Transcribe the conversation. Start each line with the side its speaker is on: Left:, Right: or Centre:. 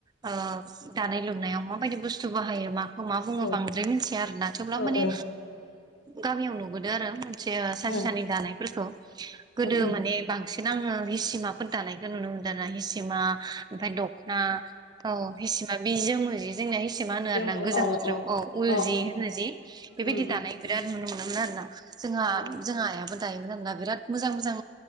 Right: ओ दानाय लुनायाव माबायदि बुस्थु बाहायो मा खौ मा बुङो
Left: औ
Right: बांद्राय मिथिया आरो ना थेवब्लाबो
Left: औ
Right: माने
Left: औ
Right: गामियाव नुबोदो आरो मोनसे
Left: उम
Right: सानसे सानानै दानायफोरखौ
Left: उम
Right: गोदो
Left: उम
Right: माने बांसिन बांसिन आङो हि सिमाफोर दानायखौ नुनो मोनदों हि सिमा ओमफ्राय दख'ना औ हि सि बि जोमो जि जोंनिया हि सिमा होनो
Left: जोङो
Right: आरो ना गोजां
Left: अ
Right: बोथोराव
Left: अ
Right: औ उल
Left: अ
Right: जि
Left: अ
Right: होनो जि बेबायदि
Left: उम उम
Right: दानाय बिराद नुनो मोनोमोन आरो ना जोंहा
Left: उम
Right: जोंहा आइयाबो दायोमोन आरोना बिराद मोजां मोजां